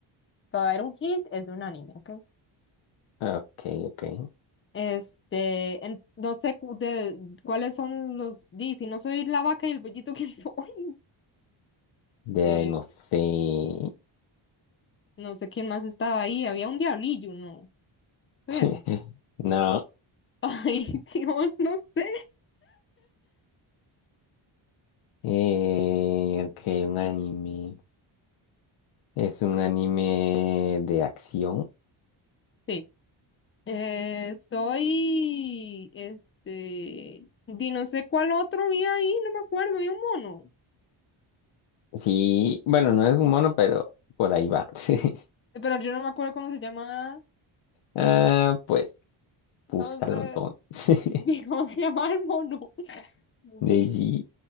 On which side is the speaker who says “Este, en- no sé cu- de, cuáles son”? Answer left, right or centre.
Left